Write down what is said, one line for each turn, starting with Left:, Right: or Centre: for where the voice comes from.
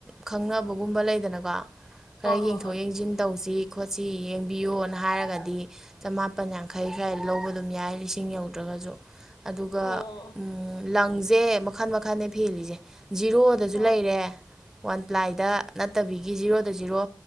Centre: ꯈꯪꯅꯕꯒꯨꯝꯕ ꯂꯩꯗꯅꯀꯣ ꯈꯔ
Left: ꯍꯣꯏ ꯍꯣꯏ
Centre: ꯌꯦꯡꯊꯣꯛ
Left: ꯍꯣꯏ
Centre: ꯌꯦꯡꯁꯤꯟ ꯇꯧꯁꯤ ꯈꯣꯠꯁꯤ ꯌꯦꯡꯕꯤꯌꯣꯅ ꯍꯥꯏꯔꯒꯗꯤ ꯆꯃꯥꯄꯟ ꯌꯥꯡꯈꯩ ꯁ꯭ꯋꯥꯏ ꯂꯧꯕ ꯑꯗꯨꯝ ꯌꯥꯏ ꯂꯤꯁꯤꯡ ꯌꯧꯗ꯭ꯔꯒꯁꯨ ꯑꯗꯨꯒ
Left: ꯑꯣ
Centre: ꯎꯨꯝ ꯂꯪꯁꯦ ꯃꯈꯜ ꯃꯈꯜꯅꯦ ꯐꯦꯜꯂꯤꯁꯦ ꯖꯤꯔꯣ ꯗꯁꯨ
Left: ꯑꯣ ꯑꯣ
Centre: ꯂꯩꯔꯦ ꯋꯥꯟ ꯄ꯭ꯂꯥꯏꯗ ꯅꯠꯇꯕꯤꯒꯤ ꯖꯤꯔꯣꯗ ꯖꯤꯔꯣ